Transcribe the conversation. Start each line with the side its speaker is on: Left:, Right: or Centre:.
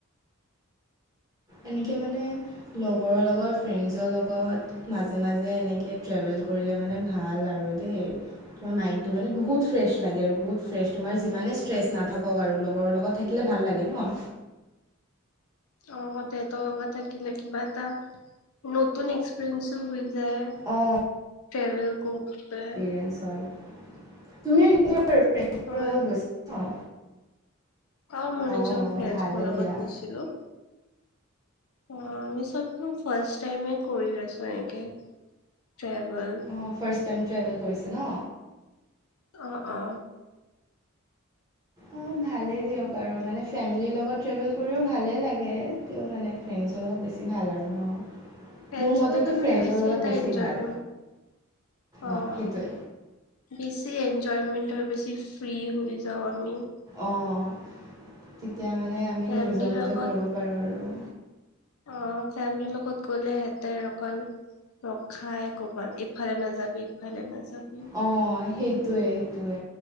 Right: এনেকে মানে লগৰৰ লগত ফ্ৰেণ্ডছৰ লগত মাজে মাজে এনেকে ট্ৰেভেল কৰিলে মানে ভাল আৰু দেই। তোমাৰ মাইণ্ডটো মানে বহুত ফ্ৰেছ লাগে আৰু বহুত ফ্ৰেছ তোমাৰ যিমানে ষ্ট্ৰেছ নাথাকক আৰু লগৰ লগত থাকিলে ভাল লাগে ন।
Left: অ', তেহতৰ লগত থাকিলে কিবা এটা নতুন এক্সপিৰিয়েঞ্চো হৈ যায়।
Right: অঁ
Left: ট্ৰেভেল কৰোতে।
Right: এনচাৰ্ড তুমিও নিজৰ ফ্ৰেঞ্চৰ
Left: হয়
Right: লগত গৈছা ন
Left: অ মই নিজৰ
Right: অঁ অঁ
Left: ফ্ৰেঞ্চৰ
Right: ভালেই
Left: লগত
Right: দিয়া
Left: গৈছিলো। অ আমি চবটো ফাৰ্ষ্ট টাইমে কৰি আছো এনেকে ট্ৰেভেল।
Right: অঁ'ফাৰ্ষ্ট টাইম ট্ৰেভেল কৰিছে ন।
Left: অ', অ'।
Right: অঁ' ভালেই দিয়ক আৰু মানে ফেমিলিৰ লগত ট্ৰেভেল কৰিও ভালেই লাগে। তেউ মানে ফ্ৰেণ্ডছৰ লগত বেছি ভাল আৰু ন।
Left: ফ্ৰেণ্ডছৰ
Right: মোৰ মতেতো
Left: লগত
Right: ফ্ৰেণ্ডছৰ
Left: মানে বেছি
Right: লগত
Left: এটা এনজয়
Right: ভাল
Left: কৰ অ'।
Right: অঁ সেইটোৱে
Left: বেছি এনজয়মেট হয় বেছি ফ্ৰী হৈ যাওঁ আমি।
Right: অঁ'তেতিয়া মানে আমি
Left: ফেমিলিৰ
Right: নিজৰ মতে
Left: লগত
Right: কৰিব পাৰো আৰু।
Left: অ ফেমলিৰ লগত গ'লে হেঁতে অকণ ৰখাই কৰবাত এফালে নাজাবি ইফালে নাজাবি।
Right: অঁ', সেইটোৱে সেইটোৱে।